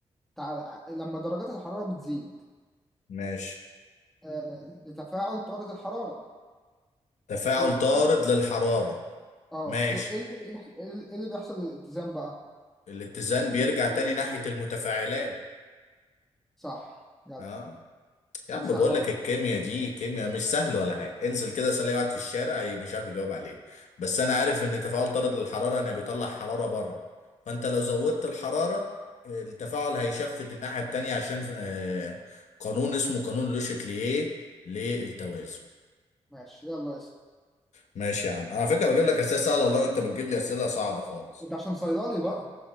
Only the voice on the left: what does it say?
ماشي
تفاعل
طارد للحرارة
ماشي
الاتزان بيرجع تاني ناحية المتفاعلات
اه
يا عم
بقول
لك الكيمياء دي كيمياء مش سهل ولا حاجه انزل كده اسال اي واحد في الشارع هي- مش عارف يجاوب عليه بس انا عارف ان تفاعل طارد للحراره انا بيطلع حراره بره فانت لو زودت الحراره التفاعل هيشفت الناحيه التانيه عشان آه، قانون اسمه قانون لوشتليه للتوازن
ماشي يا عم انا على فكره بجيب لك اسئله سهله والله وانت بتجيب لي اسئله صعبه خالص